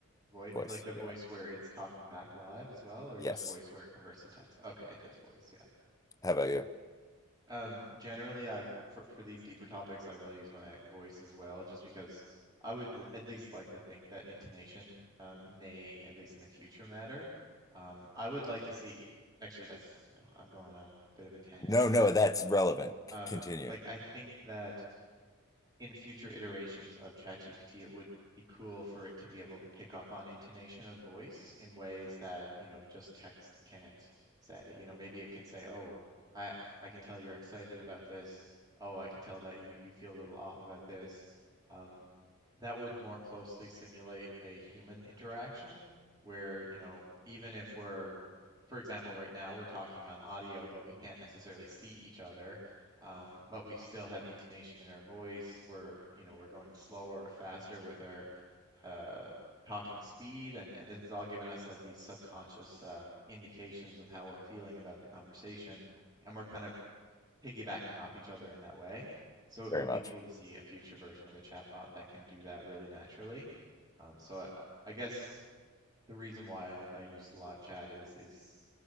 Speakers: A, on the right; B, on the left.
A: Voice
B: voice.
A: like the voice
B: Yeah.
A: where it's talking back live as well, or
B: Yes.
A: just voice where it converts to text? Okay, just voice, yeah.
B: How about you?
A: Um, generally, I for for these deeper topics, I will use my voice as well, just because I would l at least like to think that intonation um, may, at least in the future, matter. Um, I would like to see. Actually, that's you know, I'm going on a bit of a tangent
B: No,
A: there,
B: no,
A: but
B: that's relevant. C-
A: um,
B: Continue
A: like I think that in future iterations of ChatGPT, it would be cool for it to be able to pick up on intonation of voice in ways that, you know, just text can't say. You know, maybe it can say, "Oh, I I can tell you're excited about this. Oh, I can tell that you you feel a little off about this." Um, that would more closely simulate a human interaction where, you know, even if we're, for example, right now we're talking on audio, but we can't necessarily see each other, um, but we still have intonation in our voice. We're, you know, we're going slower or faster with our uh, talking speed, and and this has all given us like these subconscious um, indications of how we're feeling about the conversation, and we're kind of piggybacking off each other in that way. So it
B: very
A: will be
B: much.
A: cool to see a future version of a chatbot that can do that really naturally. Um, so I, I guess the reason why I, I use live chat is is